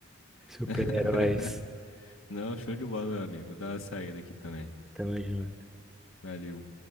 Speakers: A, in the centre; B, on the left.
A: super-heróis.
B: <laughs> Não, show de bola, meu amigo. Vou dar uma saída aqui também.
A: Tamo junto.
B: Valeu.